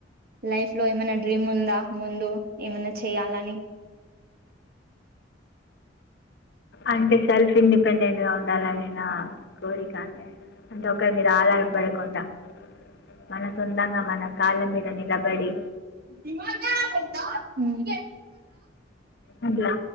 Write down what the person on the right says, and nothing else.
లైఫ్ లో ఏమైనా డ్రీమ్ ఉందా. ముందు ఏమైన్నా చేయాలని
ఇమనవ్ ఉహ్మ్